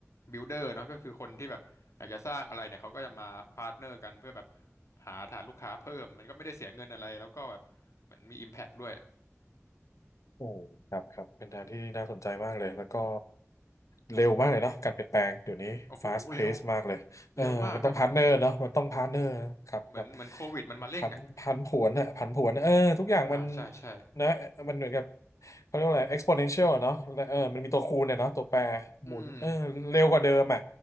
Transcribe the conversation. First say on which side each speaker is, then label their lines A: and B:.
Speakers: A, on the left (about 70°); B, on the left (about 80°).
A: บิลเดอร์เนาะก็คือคนที่แบบอยากจะสร้างอะไรเนี่ยเขาก็จะมาพาร์ n เนอร์กันเพื่อแบบหาฐานลูกค้าเพิ่มมันก็ไม่ได้เสียเงินอะไรแล้วก็แบบเหมือนมี Impact ด้วย
B: โอ้ครับครับเป็นทางที่น่าสนใจมากเลย แล้วก็เร็วมากเลยเนาะการเปลี่ยนแปลงเดี๋ยวนี้
A: โอ้โหเร็ว
B: fast pace มากเลยเออมันต้องพาร์ทเนอร์เนาะมันต้องพาร์ทเนอร์ครับครับ
A: เร็วมากครับผม เหมือนเหมือนโควิดมันมาเร่งอ่ะ
B: พันพันผวนอะผันผวนเออทุกอย่างมัน
A: อ่าใช่ใช่
B: นะมันเหมือนกับเขาเรียกว่าอะไร exponential อะเนาะและเออมันมีตัวคูณเนี่ยเนาะตัวแปรหมุนเออเร็วกว่าเดิมอะ
A: อืม